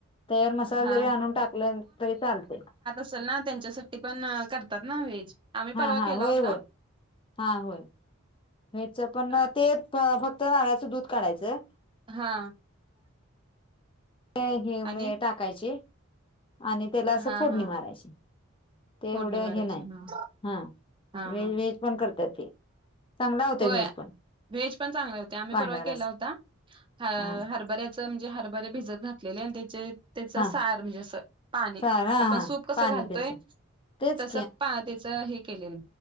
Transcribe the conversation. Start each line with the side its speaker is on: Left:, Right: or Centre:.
Left: तयार मसाला
Right: हा
Left: जरी आणून टाकलं तरी चालते.
Right: चल ना त्यांच्यासाठी पण अ करतात ना व्हेज. आम्ही
Left: हां
Right: परवा
Left: हां
Right: केला
Left: होय
Right: होता
Left: होय हां होय व्हेज च पण
Right: अ,
Left: तेच प फक्त नारळाचं दूध काढायचं
Right: हां.
Left: ते हे
Right: आणि
Left: मिळे टाकायचे आणि त्याला असं
Right: हा
Left: फोडणी
Right: हा
Left: मारायची. ते
Right: फोडणी
Left: एवढं
Right: मारायची
Left: हे नाही
Right: हा
Left: हां
Right: हा
Left: व्हेज
Right: हा
Left: व्हेज पणं करतात ते. चांगला होता
Right: होय
Left: व्हेज पण
Right: व्हेज पण चांगले होते आम्ही
Left: पांढरा
Right: परवा केला
Left: रस्सा
Right: होता ह
Left: हा
Right: हरबरे च म्हजे हरभरे भिजत घातलेले आणि त्याचे त्याचा
Left: हा
Right: सार म्हणजे असं पाणी
Left: चार हा
Right: आपण
Left: हा
Right: सूप कसं
Left: पाणी
Right: घालतोय
Left: त्याच तेच
Right: तस पा त्याच हे केलेल